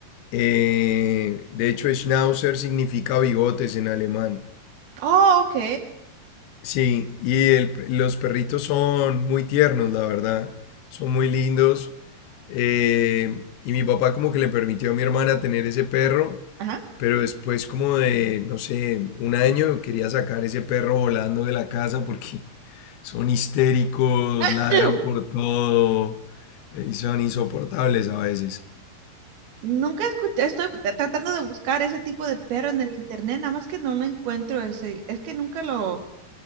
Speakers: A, on the left (about 75°); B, on the right (about 70°).
A: Eh, de hecho, Schnauzer significa bigotes en alemán.
B: Oh, ok.
A: Sí, y el- los perritos son muy tiernos, la verdad. Son muy lindos. Eh, y mi papá como que le permitió a mi hermana tener ese perro,
B: Ajá.
A: pero después como de, no sé, un año quería sacar ese perro volando de la casa porque <laughs> son histéricos,
B: <laughs>
A: ladran por todo eh, y son insoportables a veces.
B: Nunca escuché, estoy t- tratando de buscar ese tipo de perro en el internet, nada más que no lo encuentro ese, es que nunca lo...